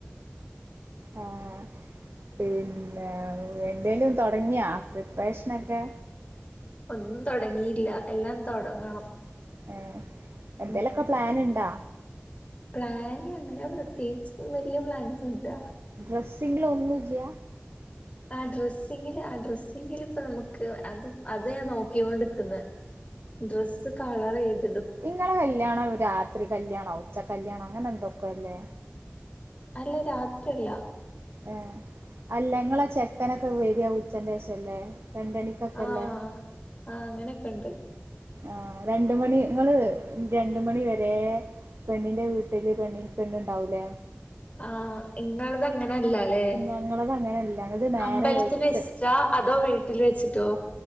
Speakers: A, on the right; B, on the left.
A: ആഹ് പിന്നെ എന്തേലും തൊടങ്ങിയാ പ്രിപ്പറേഷനൊക്കെ
B: ഒന്നും തൊടങ്ങിയില്ല എല്ലാം തൊടങ്ങണം
A: ഏഹ് എന്തേലൊക്കെ
B: ഉം
A: പ്ലാൻ ണ്ടാ
B: പ്ലാന് അങ്ങനെ പ്രത്യേകിച്ച് വല്യ പ്ലാനൊന്നും ഇല്ല
A: ട്രെസ്സിങ്ങിലൊന്നും ഇല്യ
B: ആ ഡ്രസ്സിങ്ങില് ആ ഡ്രസ്സിങ്ങിലിപ്പ നമുക്ക് അത് അത് ഞാൻ നോക്കിയോണ്ട് ക്ക് ന്നേ ഡ്രസ്സ് കളറേത്
A: ങ്ങളെ കല്യാണം രാത്രി കല്യാണം ഉച്ച കല്യാണം അങ്ങനെ എന്തൊക്ക അല്ലേ
B: അല്ല രാത്രി അല്ല
A: ഏ അല്ലങ്ങളെ ചെക്കനൊക്കെ വരിയാ ഉച്ചന്റെ ശേശല്ലേ രണ്ടണിക്കൊക്കെല്ലേ
B: ആഹ് ആഹ് അങ്ങനെയൊക്കെ ഉണ്ട്
A: ആ രണ്ട് മണി ങ്ങള് ആ രണ്ട് മണി വരെ പെണ്ണിന്റെ വീട്ടില് പെണ്ണുണ്ടാവൂലേ
B: ആഹ് ഇങ്ങളതെങ്ങ ല ല്ലല്ലേ
A: ഞങ്ങളത് അങ്ങനെയല്ല ഞങ്ങൾത് നേരം
B: അമ്പലത്തിൽ
A: വെളുത്ത്
B: വെച്ചിട്ടാ അതോ വീട്ടിൽ വെച്ചിട്ടോ